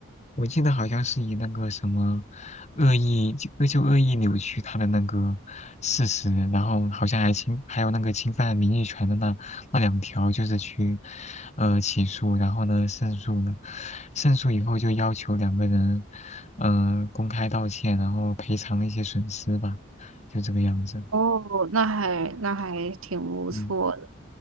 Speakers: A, on the left; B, on the right.
A: 我记得好像是以那个什么恶意，就就恶意扭曲他的那个事实，然后好像还侵，还有那个侵犯名誉权的那那两条，就是去呃起诉，然后呢胜诉呢，胜诉以后就要求两个人呃公开道歉，然后赔偿一些损失吧，就这个样子。
B: 哦，那还那还挺不错的。
A: 嗯，